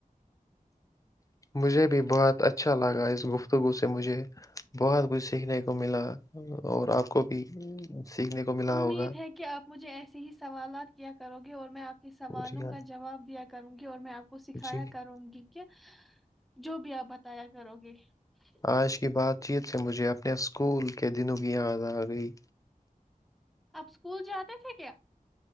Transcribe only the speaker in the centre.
امید
ہے کہ آپ مجھے ایسے ہی سوالات کیا کرو گی اور میں <inaudible> کہ سوالوں
کا جواب دیا کروں گی اور میں آپ <inaudible> کو سکھایا
کروں گی کہ جو بھی آپ م <unintelligible> یا کرو گے <unintelligible>
اپ اسکول جاتے تھے کیا